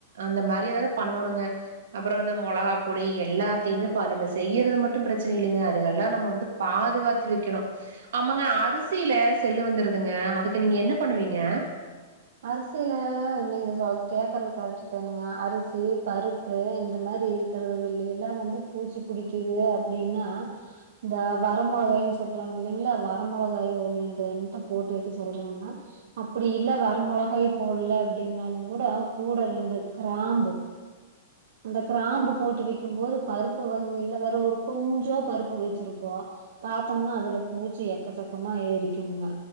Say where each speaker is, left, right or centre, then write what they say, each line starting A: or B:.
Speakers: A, on the right (about 75°); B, on the right (about 60°).
A: அந்த மாரி ஏதாவ பண்ணணுங்க அப்றம் இந்த மொளகா பொடி எல்லாத்தியுமே நம்ம செய்யறது மட்டும் பிரச்சன இல்லைங்க அது எல்லா நம்ம வந்து பாதுகாத்து வக்கணும் ஆமாங்க அரிசில செல்லு வந்துருதுங்க அதுக்கு நீங்க என்ன பண்ணுவீங்க
B: அரிசில நீங்க சொல் கேக்கறது கரக்ட் தாணுங்க அரிசி பருப்பு இந்த மாரி இருக்கறதுகள்ள எல்லா வந்து பூச்சி புடிக்கிது அப்டின்னா இந்த வரமொளகாயின் சொல்லுராங்க இல்லைங்களா வர மொளகாய ஒரு ரெண்டு எண்ணத்த போட்டு வக்க சொல்றாங்கன்னா அப்டி இல்ல வ ர மொளகாய போட்ல அப்டின்னாலு கூட கூட ரெண்டு கிராம்பு அந்த க்ராம்பு போட்டு வெக்கு போது பருப்பு வகில வேற ஒரு கொஞ்சோ பருப்பு வெச்சிருப்போ பாத்தோம்னா அதுல பூச்சி எக்கச்சக்கமா ஏரிக்குங்க